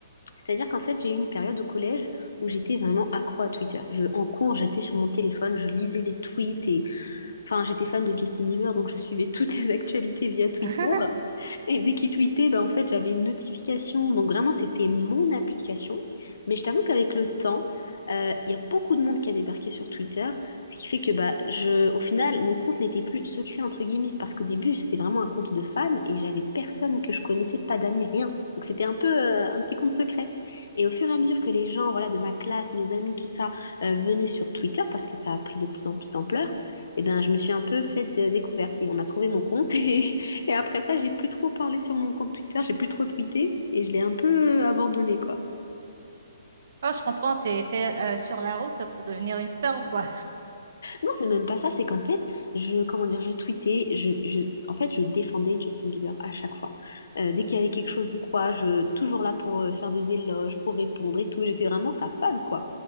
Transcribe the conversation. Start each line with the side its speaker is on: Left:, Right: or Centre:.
Left: C'est-à-dire qu'en fait, j'ai eu une période au collège où j'étais vraiment accro à Twitter. Je, en cours, j'étais sur mon téléphone, je lisais les tweets Enfin, j'étais fan de Justin Bieber, donc je suivais toutes les <laughs> actualités via Twitter.
Right: <laughs>
Left: <laughs> Et dès qu'il tweetait, bah, en fait, j'avais une notification. Donc vraiment, c'était mon application. Mais je t'avoue qu'avec le temps, euh, il y a beaucoup de monde qui a débarqué sur Twitter, ce qui fait que bah, je, au final, mon compte n'était plus secret, entre guillemets, parce qu'au début, c'était vraiment un compte de fan et j'avais personne que je connaissais, pas d'amis, rien. Donc c'était un peu euh, un petit compte secret. Et au fur et à mesure que les gens, voilà, de ma classe, mes amis, tout ça, euh, venaient sur Twitter, parce que ça a pris de plus en plus d'ampleur, et ben, je me suis un peu fait de découverte et on a trouvé mon compte <laughs> Et après ça, j'ai plus trop parlé sur mon compte Twitter, j'ai plus trop tweeté et je l'ai un peu abandonné, quoi.
Right: Oh, je comprends, t'es, t'es, euh, sur la route pour devenir une star ou quoi?
Left: Non, c'est même pas ça, c'est qu'en fait, je, comment dire, je tweetais, je, je, en fait, je défendais Justin Bieber à chaque fois. Euh, dès qu'il y avait quelque chose ou quoi, je, toujours là pour euh, faire des éloges, pour répondre et tout. J'étais vraiment sa fan, quoi.